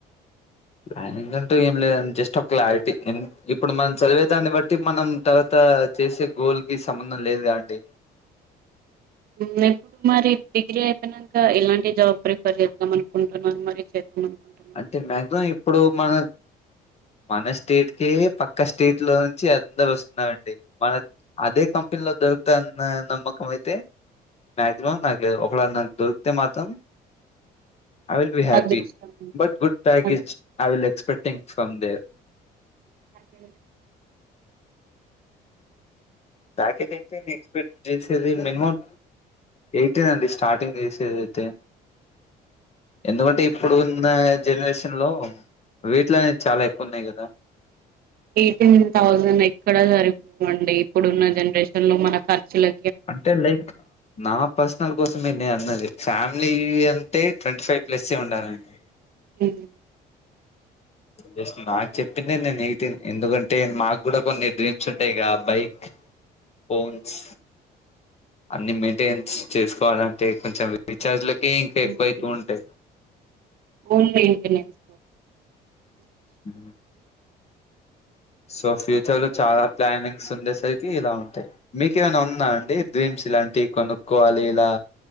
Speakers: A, on the left; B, on the right.
A: ప్లానింగ్ అంటూ ఏం లేదండి జస్ట్ ఒక క్లారిటీ ఇప్పుడు మనం చదివే దాన్ని బట్టి మనం తర్వాత చేసే గోల్ కి సంబంధం లేదుగా అండి
B: ఇప్పుడు మరి డిగ్రీ అయిపోయినాక ఇలాంటి జాబ్ ప్రిఫర్ చేద్దాం అనుకుంటున్నారు మరి అనుకుంటున్నారు
A: అంటే మ్యాక్సిమం ఇప్పుడు మన మన స్టేట్ కే పక్క స్టేట్ లో నుంచి అందరు వస్తున్నారండి మన అదే కంపెనీలో దొరుకుతదన్న నమ్మకం అయితే మాక్సిమం నాకు లేదు ఒక నాకు దొరికితే మాత్రం ఐ విల్ బి హ్యాపీ
B: అదృష్టం
A: బట్ గుడ్ ప్యాకేజ్
B: అది.
A: టింగ్ ఫ్రమ్ దేర్
B: అదే
A: ప్యాకేజ్ అయితే నేను ఎక్స్పెక్ట్ చేసేది మినిమం ఎయిటీన్ అండి స్టార్టింగ్ చేసేది అయితే ఎందుకంటే ఇప్పుడు ఉన్న జనరేషన్ హెలో వీట్ల అయితే చాల ఎక్కువ ఉన్నాయి కదా
B: ఎయిటీన్ థౌసెండ్ ఎక్కడ సరిపోవండి ఇప్పుడున్న జనరేషన్ లో మన ఖర్చులు
A: అంటే లైక్ నా పర్సనల్ కోసం మె నే అన్నది ఫ్యామ్లీ అంటే ట్వంటీ ఫైవ్ ప్లస్సె ఉండాలండి
B: ఉహ్
A: జస్ నాకు చెప్పింది నేను న ఎందుకంటే మాక్కూడ కొన్ని డ్రీమ్స్ ఉంటాయిగా బైక్ ఫోన్స్ అన్ని మెయింటెనెన్స్ చేసుకోవాలంటె కొంచెం రచార్జ్ల కే ఇంక ఇటు
B: ఉ
A: వైపు
B: ఉ
A: ఉంట
B: ఓన్ మైన్ టెనెన్స్
A: హ్ సో ఫ్యూచర్ లో చాలా ప్లానింగ్స్ ఉండేసరికి ఇలా ఉంటాయి మీకు ఏమైనా ఉన్నా అండి డ్రీమ్స్ ఇలాంటివి కొనుక్కోవాలి ఇలా